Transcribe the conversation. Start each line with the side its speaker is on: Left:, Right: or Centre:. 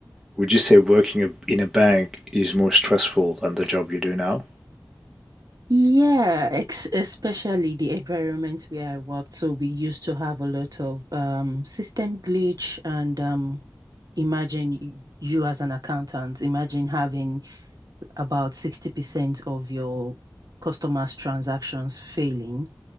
Centre: would you say working a- in a bank is more stressful than the job you do now?
Right: Yeah, ex especially the environment where I worked. So we used to have a lot of um, system glitch and um, imagine y- you as an accountant, imagine having about 60% of your customers' transactions failing